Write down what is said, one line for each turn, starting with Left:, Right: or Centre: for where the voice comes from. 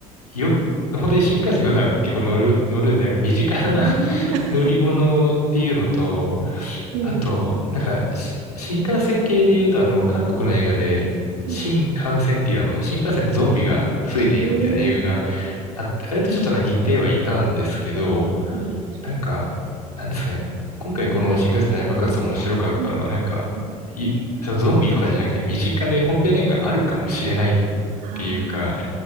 Left: よく、本当に新幹線普段結構乗る、乗るんで、なんか身近な
Right: うーん。
Left: <laughs> 乗り物っていうのと、
Right: うん。
Left: あと、なんか、し新幹線系で言うと、あの、韓国の映画で、
Right: うん。うん
Left: 新幹線っていうあの、新幹線でゾンビが増えていくみたいな映画が
Right: ええ
Left: あって、あれとちょっとなんか似てはいたんですけど、
Right: そうなんですね。
Left: なんか、なんですかね。今回この新幹線大爆発面白かったのが、
Right: うん。
Left: なんか、
Right: うん。
Left: い、そのゾンビとかじゃなくて身近で本当になんかあるかもしれないっ
Right: ああ、
Left: ていうか、